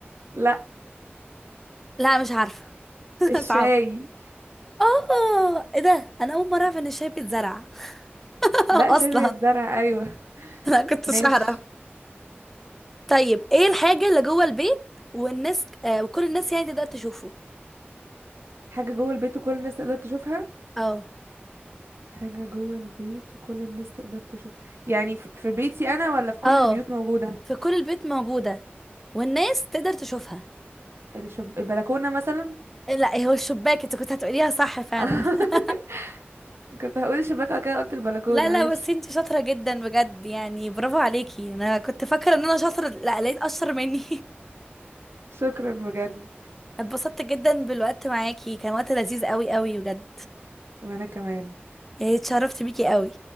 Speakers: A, on the right; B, in the centre.
A: لا
B: لا مش عارفة <laughs>
A: الشاي
B: صعب اه ايه ده انا اول مره اعرف ان الشاي بيتزرع <laughs> اصلا
A: لا شاي بيتزرع ايوه
B: انا كنتش
A: ماشي
B: اعرف طيب ايه الحاجة اللي جوه البيت والناس آه وكل الناس يعني تقدر تشوفه
A: حاجة جوه البيت وكل الناس تقدر تشوفها
B: اه
A: حاجة جوه البيت وكل الناس تقدر تشوف يعني ف- في بيتي أنا ولا في كل
B: اه
A: البيوت موجودة
B: في كل البيت موجودة والناس تقدر تشوفها
A: الشب... البلكونة مثلا
B: لا هو الشباك انت كنت هتقوليها صح فعلا
A: <laughs>
B: <laughs>
A: كنت هقول الشباك وبعد كده قلت البلكونة
B: لا لا
A: ماشي
B: بس انت شاطرة جدا بجد يعني برافو عليكي انا كنت فاكرة ان انا شاطرة لا لقيت اشطر مني
A: شكرا بجد
B: <laughs> اتبسطت جدا بالوقت معاكي كان وقت لذيذ قوي قوي بجد
A: وأنا كمان
B: إيه، اتشرفت بيكي قوي